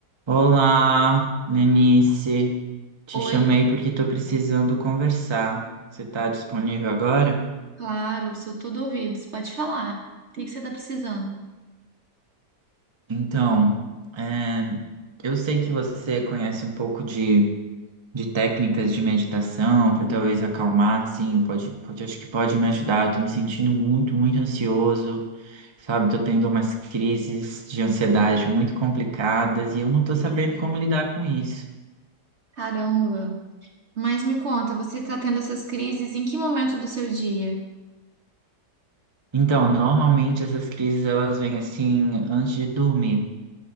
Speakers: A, on the right; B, on the right.
A: Olá, Lenice. Te
B: Oi,
A: chamei
B: Lucas,
A: porque estou precisando conversar. Você está disponível agora?
B: Claro, sou todo ouvidos. Pode falar. O que que você está precisando?
A: Então, é, eu sei que você conhece um pouco de, de técnicas de meditação para talvez acalmar, assim, pode, pode, acho que pode me ajudar. Eu tô me sentindo muito, muito ansioso, sabe? Tô tendo umas crises de ansiedade muito complicadas e eu não tô sabendo como lidar com isso.
B: Caramba. Mas me conta, você está tendo essas crises em que momento do seu dia?
A: Então, normalmente essas crises elas vêm assim antes de dormir,